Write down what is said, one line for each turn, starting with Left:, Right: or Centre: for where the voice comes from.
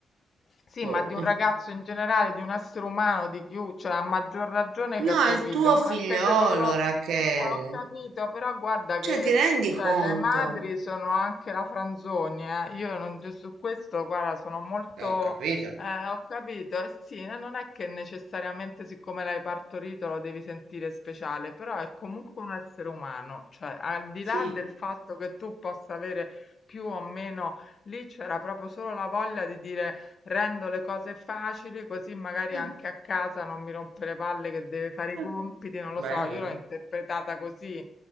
Left: Sì,
Right: boh.
Left: ma di un ragazzo in generale, di un essere umano, di chiu, cioè a maggior ragione
Right: No,
Left: che è
Right: è
Left: tuo
Right: il
Left: figlio,
Right: tuo
Left: ma
Right: figliolo,
Left: anche se non lo...
Right: Rachele.
Left: Eh, ho capito, però guarda
Right: Cioè,
Left: che
Right: ti rendi
Left: cioè,
Right: conto?
Left: le madri sono anche la franzonia, eh. Io non, cioè, su questo, guarda, sono molto...
Right: Eh, Ho capito.
Left: eh, ho capito, eh sì, eh, non è che necessariamente siccome l'hai partorito lo devi sentire speciale, però è comunque un essere umano, cioè al di
Right: Sì,
Left: là del fatto che tu possa avere più o meno, lì c'era proprio solo la voglia di dire Rendo le cose facili così magari
Right: Mm,
Left: anche a casa non mi rompe le palle che deve fare i
Right: mm,
Left: compiti, non lo
Right: Bello,
Left: so, io l'ho interpretata così,